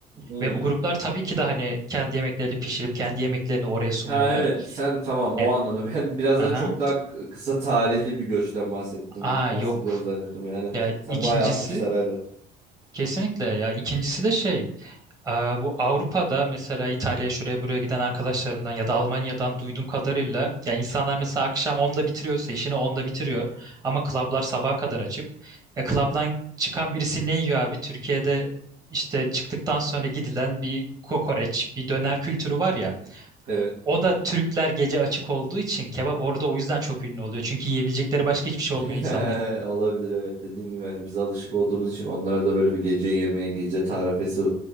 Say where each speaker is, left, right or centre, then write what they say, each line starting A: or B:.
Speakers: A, on the right; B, on the right.
A: Hmm.
B: Ve bu gruplar tabii ki de hani kendi yemeklerini pişirip kendi yemeklerini oraya sunuyorlar.
A: Ha evet sen tamam o
B: E,
A: anlamda. <laughs> Ben biraz
B: aha.
A: daha çok daha k- kısa tarihli bir göçten bahsettim.
B: Aa
A: Bahsediyoruz
B: yok.
A: zannettim yani.
B: Ya
A: Sen
B: ikincisi
A: bayağı 60'lar hala.
B: kesinlikle ya ikincisi de şey aa, bu Avrupa'da mesela İtalya'ya şuraya buraya giden arkadaşlarımdan ya da Almanya'dan duyduğum kadarıyla ya insanlar mesela akşam onda bitiriyorsa işini onda bitiriyor ama klablar sabaha kadar açık. E klabdan çıkan birisi ne yiyor abi? Türkiye'de işte çıktıktan sonra gidilen bir kokoreç, bir döner kültürü var ya.
A: Evet.
B: O da Türkler gece açık olduğu için kebap orada o yüzden çok ünlü oluyor. Çünkü yiyebilecekleri başka hiçbir şey
A: <laughs>
B: olmuyor insanların.
A: Olabilir evet dediğin gibi hani biz alışık olduğumuz için onlar da böyle bir gece yemeği, gece tarifesi